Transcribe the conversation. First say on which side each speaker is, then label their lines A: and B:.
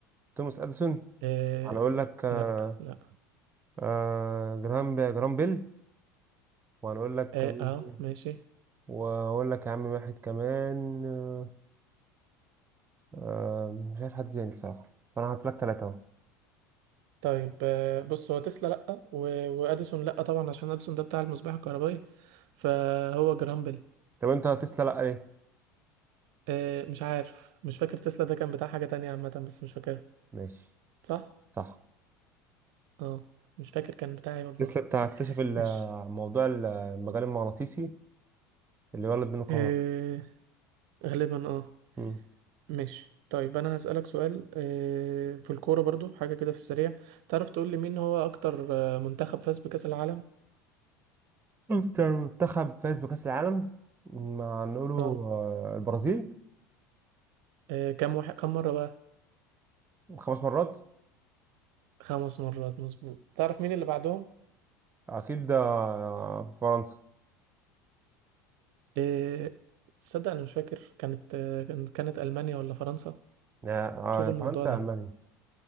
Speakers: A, on the right; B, on the right.
A: توماس اديسون
B: آه
A: هنقول لك آه
B: لا لا
A: آه، جرام بي جرام بيل وهنقول لك
B: اه,
A: مين
B: آه
A: تاني؟
B: ماشي
A: وهقول لك يا عم واحد كمان آه آه، مش عارف حد تاني الصراحة فانا هحط لك ثلاثة اهو
B: طيب آه بص هو تسلا لا و... واديسون لا طبعا عشان اديسون ده بتاع المصباح الكهربائي فهو جرامبل
A: طب انت تسلا لا ليه
B: آه مش عارف مش فاكر تسلا ده كان بتاع حاجة تانية عامة بس مش فاكرها
A: ماشي
B: صح
A: صح
B: اه مش فاكر كان بتاعي والله
A: تسلا بتاع اكتشف ال-
B: مش
A: موضوع ال- المجال المغناطيسي اللي ولد بينه كهرباء
B: آه غالبا اه
A: مم.
B: مش طيب انا هسألك سؤال آه في الكورة برضو حاجة كده في السريع تعرف تقول لي مين هو اكتر آه، منتخب فاز بكأس العالم
A: أكتر منتخب فاز بكأس العالم ما نقوله
B: اه
A: آه، البرازيل
B: آه، كم واحد كم مرة بقى
A: خمس مرات
B: خمس مرات مظبوط تعرف مين اللي بعدهم
A: أكيد آه، فرنسا
B: إيه... تصدق انا مش فاكر كانت آه، كان- كانت المانيا ولا فرنسا
A: آه،
B: شوف الموضوع
A: آه، فرنسا
B: ده
A: ألمانيا